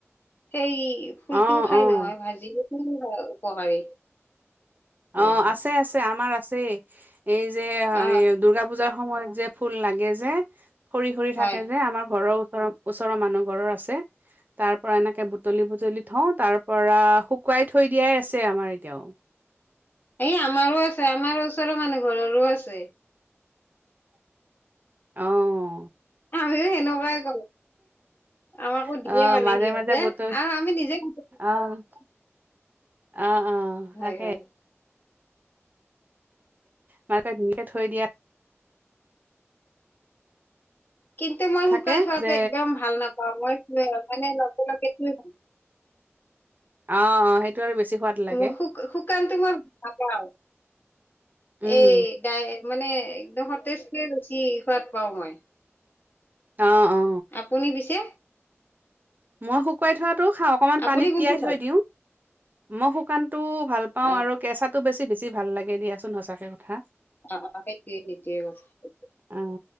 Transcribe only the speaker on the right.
অ', অ',
অ
আছে আছে আমাৰ আছে এই যে
দুৰ্গা পূজাৰ সময়ত যে ফুল লাগে যে সৰি সৰি থাকে
যে আমাৰ ঘৰৰ ওচৰৰ ওচৰৰ মানুহ ঘৰৰ আছেতাৰ পৰা এনেকে বুটলি বুটলি থওঁ তাৰ পৰা শুকুৱাই থৈ দিয়াই আছে আমাৰ এতিয়াও
অহ
অ',
মাজে
মাজে বুটল
অ', অ অ
তাকে
মাকে ধুনীয়াকে থৈ দিয়া।
থাকে
যে
অ', অ', সেইটো আৰু বেছি সোৱাদ লাগে
উম,
অ অ
মই শুকুৱাই থোৱাতটো খা অকণমান
পানীত
তিয়াই থৈ
দিওঁ মই শুকান টো ভাল পাও
আৰু কেঁচাতো বেছি বেছি ভাল লাগে দিয়াচোন সঁচাকে কে কথা
অ